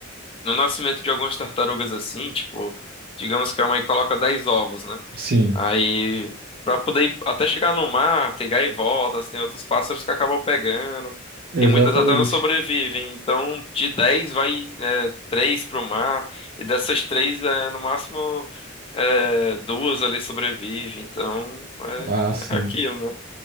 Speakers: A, on the left (about 25°); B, on the right (about 45°).
A: No nascimento de algumas tartarugas assim, tipo, digamos que a mãe coloca 10 ovos, né?
B: Sim,
A: Aí, pra poder ir até chegar no mar, tem gaivotas, tem outros pássaros que acabam pegando,
B: exatamente.
A: e muitas até não sobrevivem. Então, de 10 vai é, 3 pro mar, e dessas três é, no máximo, é, duas ali sobrevivem. Então, é,
B: Ah, sim.
A: é aquilo, né?